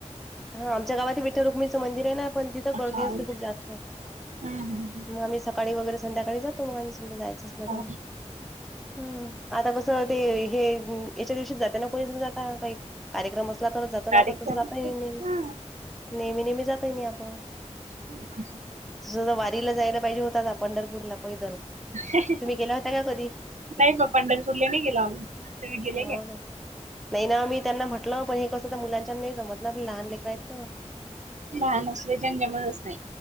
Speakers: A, in the centre; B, on the right.
A: हां. आमच्या गावातही विठ्ठल रखुमाईच मंदिर आहे ना. पण तिथं गर्दी
B: हा.
A: असते
B: हम्म,
A: खूप जास्त.
B: हम्म, हं.
A: मग आम्ही सकाळी वगैरे संध्याकाळी जातो म आम्ही - कुठं जायचं असल
B: हा
A: का. हम. आता कसं ते हे याच्या दिवशी जाता ना? कोणी समजा आता काही कार्यक्रम अस- तरच जातो ना?
B: कार्यक्रम
A: आपण तस जातय
B: असते. हा.
A: नेहमी नेहमी जातही नाही आपण.
B: <inaudible>
A: तसं त वारीला जायला पाहिजे होता ना पंढरपूरला पैदल.
B: नाही
A: तुम्ही गेला होता का कधी?
B: बा पंढरपूरला नाही गेलो आम्ही. तुम्ही गेले
A: हो
B: का?
A: काय नाही ना. मी त्यांना म्हटलं पण हे कसं तर मुलांच्याण नाही जमत ना? आप लहान लेकर आहेत त
B: लहान असल्याच्यान जमतच नाही.